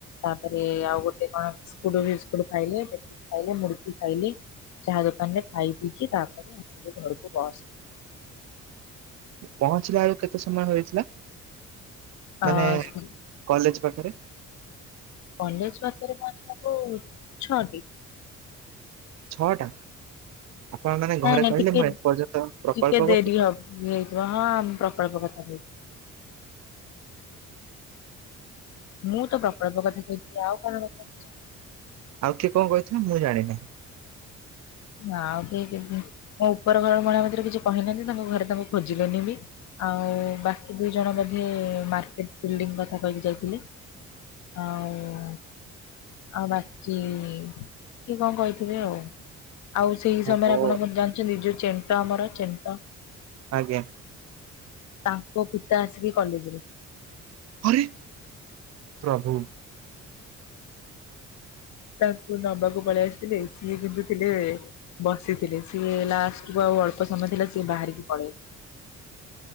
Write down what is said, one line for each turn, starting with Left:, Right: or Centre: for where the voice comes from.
Left: ତାପରେ ଆଉ ଗୋଟେ କଣ ବିସ୍କୁଟ ଫିସ୍କୁଟ ଖାଇଲେ, ପେଟିସ୍ ଖାଇଲେ, ମୁଡକି ଖାଇଲେ। ଚାହା ଦୋକାନରେ ଖାଇ ପିଇକି, ତାପରେ ଆସିଲୁ ଘରକୁ ବସ୍ ରେ।
Right: ପହଞ୍ଚିଲା ବେଳକୁ କେତେ ସମୟ ହେଇଥିଲା,
Left: ଅ
Right: ମାନେ କଲେଜ ପାଖେରେ?
Left: କଲେଜ ପାଖେରେ ପହଞ୍ଚିଲା ବେଳକୁ ଛଅଟି।
Right: ଛଅଟା। ଆପଣ ମାନେ
Left: ନାଇଁ
Right: ଘରେ
Left: ନାଇଁ
Right: କହିଲେ,
Left: ଟିକେ
Right: ମୁଁ ଏପର୍ଯ୍ୟନ୍ତ ପ୍ରକଳ୍ପ
Left: ଟିକେ ଡେରି
Right: କ
Left: ହବ ହେଇଥିବ ହଁ ମୁଁ ପ୍ରକଳ୍ପ କଥା କହି ମୁଁ ତ ପ୍ରକଳ୍ପ କଥା କହିଥିଲି। ଆଉ କଣ କଥା <unintelligible>
Right: ଆଉ କିଏ କଣ କହିଥିଲେ, ମୁଁ ଜାଣିନି?
Left: ନା ଆଉ କେହି କେମିତି, ମୋ ଉପର ଘର ମହିଳା ଭିତରେ କିଛି କହିନାହାନ୍ତି। ତାଙ୍କ ଘରେ ତାଙ୍କୁ ଖୋଜିଲେନି ବି ଆଉ ବାକି ଦୁଇ ଜଣ ବୋଧେ, ମାର୍କେଟ ବିଲ୍ଡିଂ କଥା କହିକି ଯାଇଥିଲେ। ଆଉ। ଆଉ ବାକି, କିଏ କଣ କହିଥିବେ ଆଉ? ଆଉ ସେଇ ସମୟରେ,
Right: ଓ ହଉ।
Left: ଆପଣ କଣ ଜାଣିଛନ୍ତି ଯୋଉ ଚେଣ୍ଟ ଆମର ଚେଣ୍ଟ
Right: ଆଜ୍ଞା।
Left: ତାଙ୍କ ପିତା ଆସିକି କଲେଜରେ।
Right: ଆରେ ପ୍ରଭୁ।
Left: ତାଙ୍କୁ ନବାକୁ ପଳେଇ ଆସିଥିଲେ। ସିଏ କିନ୍ତୁ ଥିଲେ ବସିଥିଲେ, ସିଏ ଲାଷ୍ଟକୁୁ ଆଉ ଅଳ୍ପ ସମୟ ଥିଲା ସିଏ ବାହାରିକି ପଳେଇ